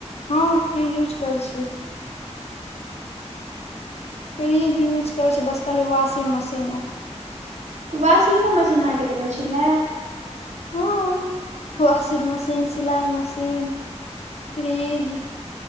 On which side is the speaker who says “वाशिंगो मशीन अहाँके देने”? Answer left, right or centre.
Right